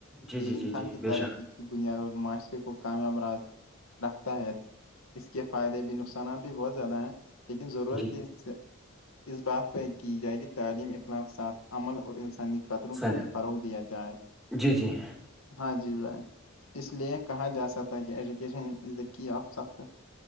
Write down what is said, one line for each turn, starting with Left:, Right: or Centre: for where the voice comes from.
Centre: جی
Left: کہ
Centre: جی
Left: انسان
Centre: جی جی
Left: کی
Centre: بے
Left: ترقی
Centre: شک
Left: کی بنیاد اور معاشرے کو کامیاب راز رکھتا ہے اس کے فائدے بھی نقصانات بھی بہت زیادہ ہیں لیکن ضرورت
Centre: جی
Left: کی اس سے اس بات پہ کی جائے کہ تعلیمی اخلاق ساتھ عمل اور انسانی قتروں
Centre: سنجے
Left: کو بھی فروغ دیا جائے
Centre: جی جی
Left: ہاں جی بھائی اس لیے کہا جا سکتا ہے کہ education is the key of success